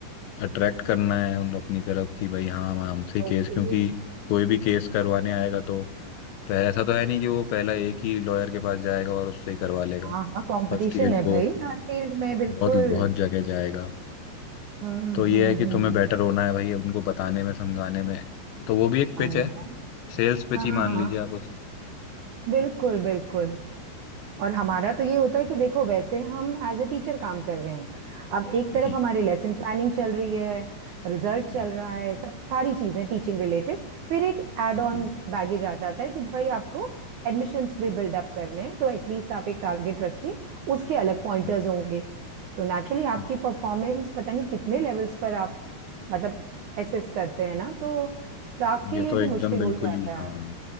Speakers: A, on the left; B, on the right.
A: अट्रैक्ट करना है उन अपनी तरफ कि भाई हाँ हम हमसे केस
B: ओके
A: क्योंकि कोई भी केस करवाने आएगा तो पह- ऐसा तो है नहीं कि वो पहला एक ही लॉयर के पास जाएगा और उससे ही करवा लेगा
B: हाँ हाँ कंपटीशन
A: फर्स्ट ये
B: है
A: वो
B: भाई हर फील्ड में बिल्कुल
A: बहुत बहुत जगह जाएगा
B: हम्म
A: तो ये
B: हम्म
A: है कि
B: हम्म
A: तुम्हें बेटर होना है भाई उनको बताने में समझाने में तो वो भी एक पिच
B: I
A: है
B: know
A: सेल्स पिच
B: हाँ
A: ही मान
B: हाँ
A: लीजिए आप उसको
B: बिल्कुल बिल्कुल और हमारा तो ये होता है कि देखो वैसे हम एज अ टीचर काम कर रहे हैं अब एक तरफ
A: जी
B: हमारी लेसन प्लानिंग चल रही है रिजल्ट
A: हम्म,
B: चल रहा है सब सारी चीजें टीचिंग रिलेटेड फिर एक एड ऑन
A: जी
B: बैगेज आ जाता है कि भाई आपको एडमिशन्स भी बिल्डअप करने हैं तो एटलीस्ट आप एक टारगेट रखिए उसके अलग पॉइंटर्स
A: हम्म,
B: होंगे तो नेचुरली आपकी
A: हम्म।
B: परफॉर्मेंस पता नहीं कितने लेवल्स पर आप मतलब एसेस करते हैं ना तो स्टाफ के
A: ये
B: लिए
A: तो
B: भी
A: एकदम
B: मुश्किल
A: बिल्कुल
B: हो ही जाता
A: ही हाँ
B: है